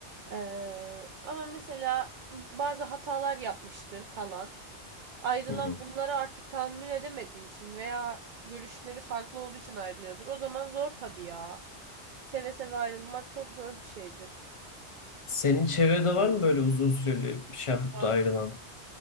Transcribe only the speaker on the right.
Ee, ama mesela bazı hatalar yapmıştır kalan. Ayrılan
bunları artık tahammül edemediği için veya görüşleri farklı olduğu için ayrılıyordur. O zaman zor tabii ya. Seve seve ayrılmak çok zor bir şeydir.
Var.